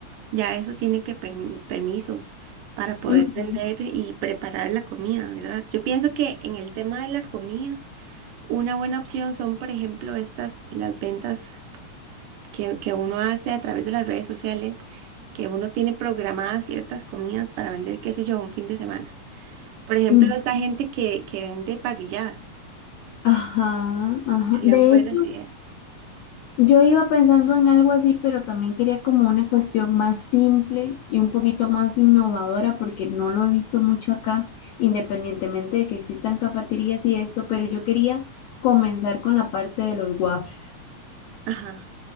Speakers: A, on the right; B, on the left.
A: Ya eso tiene que perm- permisos para poder
B: ujú,
A: vender y preparar la comida, ¿verdad? Yo pienso que en el tema de la comida, una buena opción son, por ejemplo, estas, las ventas que, que uno hace a través de las redes sociales, que uno tiene programadas ciertas comidas para vender, qué sé yo, un fin de semana. Por ejemplo,
B: ujú.
A: esta gente que, que vende parrilladas,
B: Ajá, ajá.
A: serían
B: De
A: buenas
B: hecho,
A: ideas.
B: Yo iba pensando en algo así, pero también quería como una cuestión más simple y un poquito más innovadora, porque no lo he visto mucho acá, independientemente de que existan cafeterías y esto, pero yo quería comenzar con la parte de los waffles.
A: Ajá.